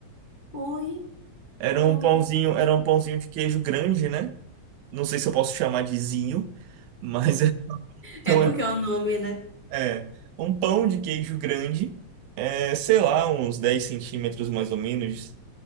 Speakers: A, on the left; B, on the right.
A: Oi,
B: Era
A: ô,
B: um pãozinho,
A: meu-
B: era um pãozinho de queijo grande, né? Não sei se eu posso chamar de zinho, mas <laughs> então
A: É porque é o nome, né?
B: é, é, um pão de queijo grande, é, sei lá, uns 10 centímetros mais ou menos,